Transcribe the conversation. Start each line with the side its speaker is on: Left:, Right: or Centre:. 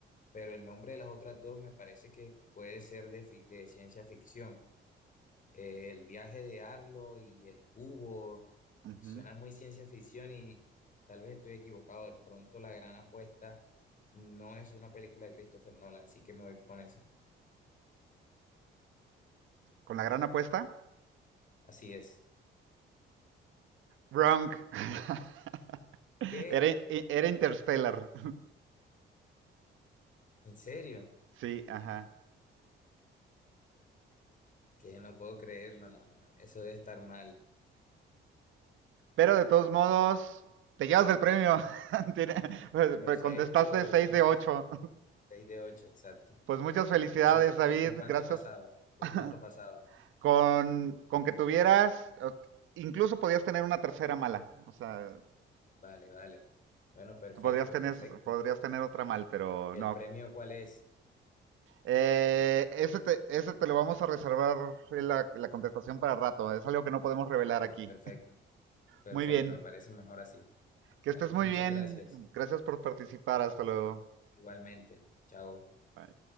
Left: pero el nombre de las otras dos me parece que puede ser de, fi- de ciencia ficción. Eh, el viaje de Arlo y el cubo
Right: Ujú.
Left: suena muy ciencia ficción y tal vez estoy equivocado. De pronto La Gran Apuesta no es una película de Christopher Nolan, así que me voy con esa.
Right: Con la gran apuesta.
Left: Así es.
Right: Wrong. <laughs>
Left: ¿Qué
Right: Era, era Interstellar. <laughs>
Left: ¿En serio?
Right: Sí, ajá.
Left: Que no puedo creerlo, no, no. Eso debe estar mal.
Right: Pero de todos modos, te llevas el premio. <laughs>
Left: Perfecto,
Right: Contestaste 6
Left: tengo
Right: de
Left: seis,
Right: 8.
Left: seis de ocho, exacto.
Right: Pues muchas felicidades,
Left: ¿Y cuánto,
Right: David.
Left: y con cuánto
Right: Gracias.
Left: pasaba? ¿Con
Right: <laughs>
Left: cuánto pasaba?
Right: con, con que tuvieras, incluso podías tener una tercera mala. O sea,
Left: Vale, vale. Bueno, perfecto,
Right: podrías tener,
Left: perfecto.
Right: podrías tener otra mal, pero
Left: ¿Y
Right: no.
Left: el premio cuál es?
Right: Eh, ese, te, ese te lo vamos a reservar la, la contestación para rato. Es algo que no podemos revelar
Left: Bueno,
Right: aquí.
Left: perfecto, perfecto,
Right: Muy bien.
Left: me parece mejor así.
Right: Que
Left: Bueno,
Right: estés muy
Left: muchas
Right: bien.
Left: gracias.
Right: Gracias por participar. Hasta luego.
Left: Igualmente. Chao.
Right: Bye.